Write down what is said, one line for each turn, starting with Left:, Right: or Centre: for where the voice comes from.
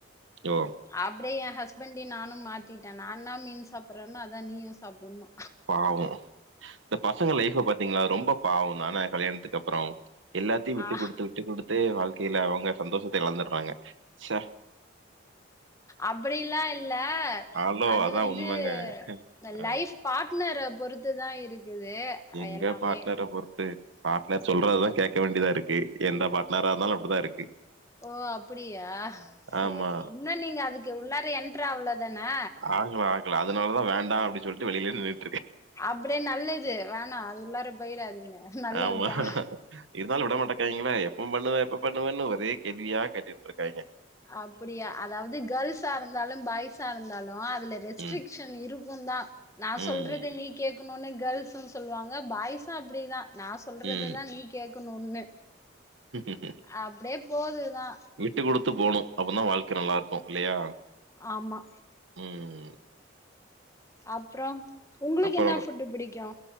Right: ஓ
Left: அப்புடே என் ஹஸ்பண்டியு நானு மாத்திட்டே நான் நா மீன் சாப்புறேன்னா அதா நீயும் சாப்புட்ணு
Right: பாவோ இந்த பசங்க லைஃப்ப பாத்தீங்களா ரொம்ப பாவோ தானே கல்யாணத்துக்கு அப்புறோ எல்லாத்தையு விட்டுக்குடுத்து
Left: ஆ ஆ
Right: விட்டு குடுத் தே வாழ்க்கையில அவங்க சந்தோஷத்த எழந்துட்றாங்க சே
Left: அப்புடிலா இல்ல
Right: ஹலோ
Left: அது
Right: அதான்
Left: வந்து
Right: உண்மங்க.
Left: ந்த
Right: அ
Left: லைஃப் பாட்னர பொறுத்து தா இருக்குது
Right: எங்க
Left: எல்லாமே
Right: பாட்னர பொறுத்து பாட்னர் சொல்றதுதான் கேக் க்க வேண்டியதா இருக்கு எந்த பாட்னரா இருந்தாலும் அப்புடிதான் இருக்கு
Left: ஓ அப்புடியா சேரி
Right: ஆமா
Left: சேரி உன்னோ நீங்க அதுக்கு உள்ளார என்ட்ரு அவுளதானே
Right: ஆகுலா ஆய் இல்ல அதுனால தான் வேண்டா அப்புடி சொல்ட்டு வெளிலே நிர்
Left: அப்புடே நல்லது வேணா அது உள்ளார போயிடாதீங்க நல்லதுதா
Right: ஆமா இருந்தாலு விட மாட்டக்க <unintelligible> இப்போம் பண்ணுவ எப்ப பண்ணுவன்னு ஒரே கேள்வியா கேட்டுட்ருக்காயிங்க
Left: அப்புடியா அதாவது கேர்ள்ஸா இருந்தாலும் பாய்ஸா இருந்தாலு அதுல
Right: ம்ஹ்ம்.
Left: ரெஸ்ட்ரிக்ஷ் ஷன் இருக்கும் தா நா
Right: ம்
Left: சொல்றது நீ கேக்குணுன்னு கேர்ள்ஸ்ங் சொல்லுவாங்க பாய்ஸும் அப்புடிதா நான் சொல்றதுதான்
Right: ம்
Left: நீ கேக்குணுன்னு
Right: ம்.
Left: அப்புடே போதுதா
Right: விட்டு குடுத்து போனும் அப்ப தா வாழ்க்க நல்லாருக்கு இல்லயா
Left: ஆமா
Right: ம்
Left: அப்புறோ உங்ளுக்கு
Right: அப்பறோ
Left: என்னா ஃபுட்டு புடிக்கு